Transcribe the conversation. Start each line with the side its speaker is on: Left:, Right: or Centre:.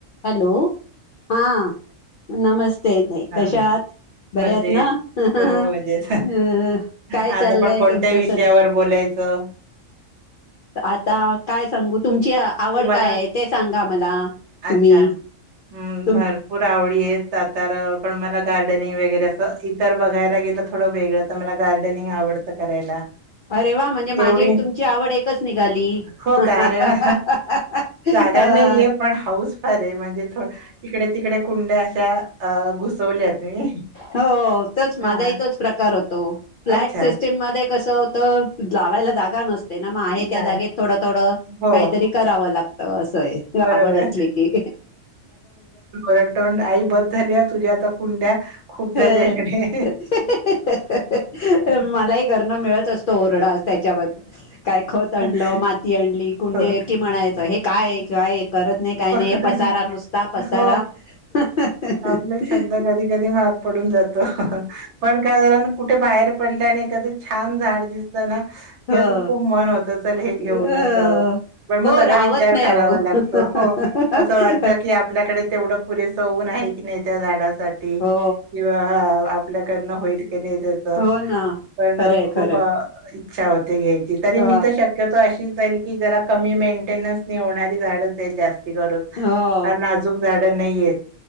Left: हॅलो हा नमस्ते ताई
Right: हा
Left: कशा आहात. बर्या
Right: मजेत
Left: आहात ना अ हा
Right: हो मजेत
Left: काय
Right: आज
Left: चाललंय
Right: आपण कोणत्या
Left: तुमचं
Right: विषयावर
Left: सध्या.
Right: बोलायचं
Left: आता काय सांगू तुमची आवड
Right: तुम्हाला
Left: काय आहे, ते सांगा मला. तुम्ही
Right: अच्छा हम्म
Left: तुम
Right: भरपूर आवडी आहेत. <unintelligible> पण मला गार्डनिंग वगैरे अस इतर बघायला वेगळ तर मला गार्डनिंग आवडतं करायला.
Left: अरे वा म्हणजे माझी
Right: एवढी
Left: आणि तुमची आवड एकच निघाली
Right: हो
Left: हा
Right: का
Left: हा
Right: अरे
Left: हा
Right: वा
Left: हा हा हा हा
Right: जागा
Left: अ. हा.
Right: नाहीये पण हाऊस फार आहे म्हणजे इकडे तिकडे कुंड्या अशा घुसवल्यात मी.
Left: हो तोच
Right: हा
Left: माझाही तोच प्रकार होतो फ्लॅट
Right: अच्छा
Left: सिस्टीम मध्ये कसं होत. लावायला जागा नसते ना मग आहे,
Right: नाही
Left: त्या जागेत थोडं थोडं. अ
Right: हो
Left: काहीतरी कराव लागत असंय
Right: बरोबर
Left: आवड असली की.
Right: <unintelligible> ड आई ब झाली तुझ्या आता कुंड्या खूप झाले
Left: ह ह ह
Right: म्हणे.
Left: ह ह ह ह ह मलाही घरन मिळत असतो ओरडा. त्याच्याबद्दल काय खत आणलं
Right: हो,
Left: मा ती आणली कुंडी
Right: हो.
Left: की, म्हणायचं हे काय काय करत नाही काय नाही हे
Right: हो.
Left: पसारा नुसता पसारा.
Right: हो
Left: हं हं हं हं
Right: आपला छंद
Left: हं.
Right: कधी कधी महाग पडून जातो हा हा पण काय झा कुठे बाहेर पडले आणि एखादं छान झाड दिसलं ना. की
Left: हो
Right: असं खूप मन होत चल हे घेऊनच
Left: अ
Right: जावं. पण मग
Left: हो
Right: सगळा
Left: राहवत
Right: विचार
Left: नाही
Right: करावा
Left: अहो
Right: लागतो हो असं वाटत की आपल्याकडे तेवढं पुरेस होऊन. आहे की नाही त्या झाडा
Left: हो
Right: किंवा आपल्याडन होईल का. नाही त्याच
Left: हो ना
Right: पण
Left: खरंय
Right: खूप
Left: खरंय
Right: इच्छा होते, घ्यायची तरी
Left: अ
Right: मी तर शक्य ल <unintelligible> की ज कमी मेंटेन्स होणारी झाड जास्त <unintelligible>
Left: हो
Right: नाजूक झाड नाहीेत